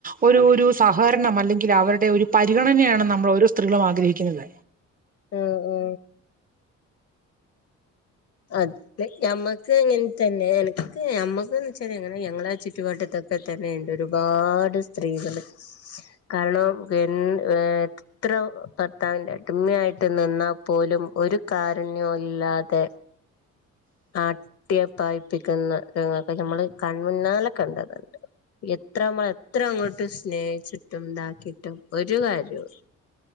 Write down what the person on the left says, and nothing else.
ആ ആ അത മ്മക്ക് എങ്ങനെ തന്നെ എനിക്ക് മ്മക്ക്ന്ന് വച്ചാ എങ്ങനെ ഞങ്ങളാ ചുറ്റുപാട്ടത്തൊക്കെ തന്നെ വേണ്ട ഒരുപാട് സ്ത്രീകൾ കാരണം എ ഏർ എത്ര ഭർത്താവിന്റെ അടിമയായിട്ട് നിന്നാൽ പോലും ഒരു കാരണ്യവും ഇല്ലാതെ ആട്ടിയപ്പായപ്പിക്കുന്ന രൊക്കെ നമ്മൾ കൺമുന്നാലെ കണ്ടതുണ്ട് എത്ര നമ്മൾ എത്ര അങ്ങോട്ടും സ്നേഹിച്ചിട്ടും ഇതാക്കിട്ടും ഒരു കാര്യവും ഇല്ല